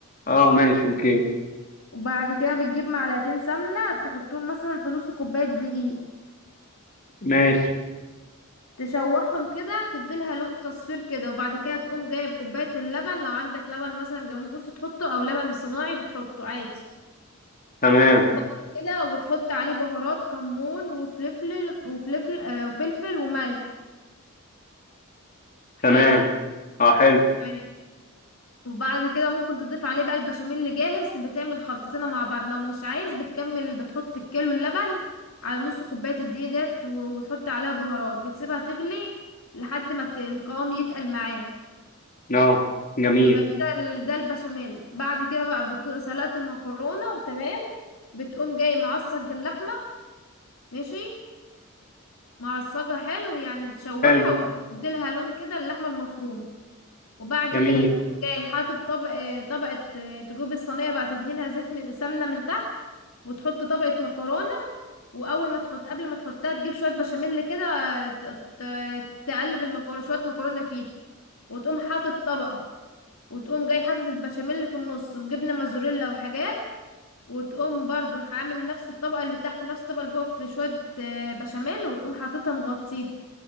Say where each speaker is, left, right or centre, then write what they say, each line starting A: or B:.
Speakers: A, on the left; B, on the left.
A: اه ماشي اوكي
B: وبعد كده بتجيب معلقتين سمنة تحطهم مثلا في نص كوباية دقيق
A: ماشي
B: تشوحهم كده تديلها لون تصفير كده وبعد كده تقوم جايب كوباية اللبن لو عندك لبن مثلا جاموسي تحطه او لبن صناعي بتحطه عادي
A: تمام
B: وبعد كده وبتحط عليه بهارات كمون وفلفل وفلفل آه، وفلفل وملح
A: تمام
B: حلو
A: اه حلو
B: طيب. وبعد كده ممكن تضيف عليه بقى البشاميل اللي جاهز بتعمل خلطتين مع بعض لو مش عايز بتكمل بتحط الكيلو اللبن على نص كوباية الدقيق ديت وتحط عليها بهارات بتسيبها تغلي لحد ما ت- القوام يتقل معاه
A: نعم جميل
B: يبقى كده ال- ده البشاميل بعد كده بقى بت... سلقت المكرونة وتمام بتقوم جاي معصج اللحمة ماشي معصجها حلو يعني تشوحها
A: حلو
B: وتديلها لون كده اللحمة المفرومة وبعد
A: جميل
B: كده تقوم جاي حاطط طبق آه، طبقة آه، تجيب الصينية بقى تدهنها زيت من سمنة من تحت وتحط طبقة مكرونة وأول ما تحط قبل ما تحطها تجيب شوية بشاميل كده آه، ت- ت- تقلب المكرونة شوية مكرونة فيها وتقوم حاطط طبقة وتقوم جاي حاطط البشاميل اللي في النص وجبنه موزاريلا وحاجات وتقوم برضو عامل نفس الطبقه اللي تحت نفس الطبقه اللي فوق في شويه آه، بشاميل وتقوم حاططها مغطيها